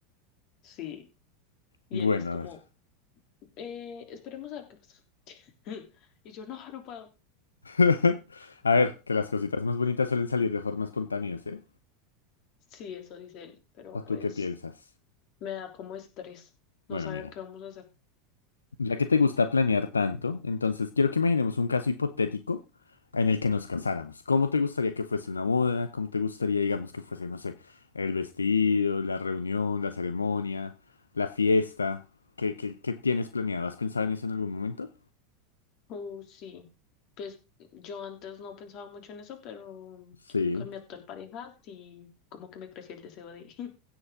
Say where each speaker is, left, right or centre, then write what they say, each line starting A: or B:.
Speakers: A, on the left (about 50°); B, on the left (about 90°).
A: Sí, y
B: Bueno,
A: él es como,
B: a ver.
A: eh, esperemos a ver qué pasa. <laughs> Y yo, no, no puedo.
B: <laughs> A ver, que las cositas más bonitas suelen salir de forma espontánea, ¿eh?
A: Sí, eso dice él, pero
B: ¿O
A: pues
B: tú qué piensas?
A: me da como estrés no
B: Bueno,
A: saber
B: mira.
A: qué vamos a hacer.
B: Ya que te gusta planear tanto, entonces quiero que imaginemos un caso hipotético en el que nos casáramos. ¿Cómo te gustaría que fuese una boda? ¿Cómo te gustaría, digamos, que fuese, no sé, el vestido, la reunión, la ceremonia, la fiesta? ¿Qué, qué, qué tienes planeado? ¿Has pensado en eso en algún momento?
A: Uh, sí, pues yo antes no pensaba mucho en eso, pero mm,
B: Sí.
A: con mi actual pareja sí, como que me creció el deseo de... <laughs>